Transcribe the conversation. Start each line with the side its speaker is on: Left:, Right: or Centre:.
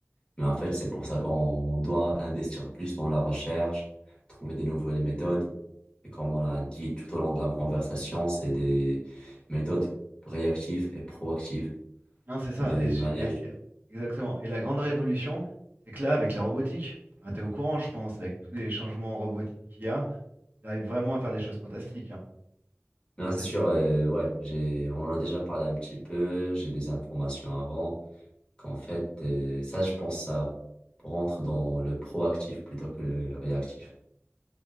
Left: Mais en fait, c'est pour ça qu'on doit investir plus dans la recherche, trouver des nouvelles méthodes. Et comme on l'a dit tout au long de la conversation, c'est des méthodes réactives et proactives
Right: Non, c'est ça.
Left: de
Right: Et, c'est-
Left: manière
Right: et- exactement. Et la grande révolution, c'est que là, avec la robotique, enfin, t'es au courant, je pense, avec tous les changements robotiques qu'il y a, ils arrivent vraiment à faire des choses fantastiques. hein.
Left: non, c'est
Right: C'est,
Left: sûr, euh, ouais, j'ai, on en a déjà parlé un petit peu, j'ai des informations avant. qu'en fait, euh, ça, je pense, ça rentre dans le proactif plutôt que le réactif.